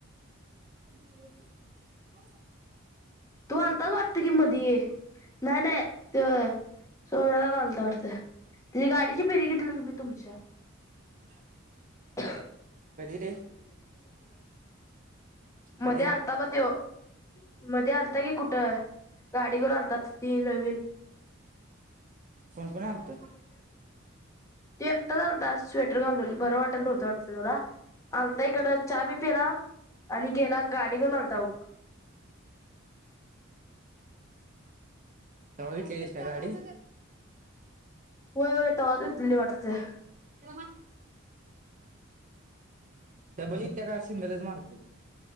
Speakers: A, on the right; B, on the left.
A: <unintelligible>
B: तू अलताच वाटत की मधी नाही नाही ते सोन्याला चालत वाटत त गाडीची फेरी घेतली मी तुमच्या
A: हा.
B: <inaudible>
A: कधी रे
B: मध्ये
A: कधी
B: आलता बा तो मध्ये आलता कि कुठं गाडी घेऊन आलतात ती नवीन
A: कोण कोण आलत?
B: तू एकटा चालता स्वेटर घालून बरं वाटत नव्हतं वाट तला आलता इकडं चहा बी पिला आणि गेला गाडी घेऊन आलता बघ
A: बघितलेलीस काय गाडी?
B: <inaudible>
A: <inaudible> पहिलेच मारताय,